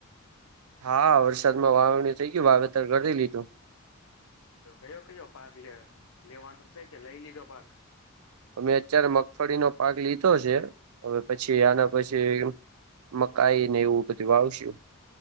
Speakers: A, on the right; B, on the left.
A: હા, વરસાદમાં વાવણી થઈ ગયું, વાવેતર કરી લીધું.
B: હ, તો કયો કયો પાક લે લેવાનો સે કે? લઈ લીધો પાક.
A: અમે અત્યારે મગફળીનો પાક લીધો સે, હવે પછી આના પછી મકાઈ ને એવું બધું વાવશુ.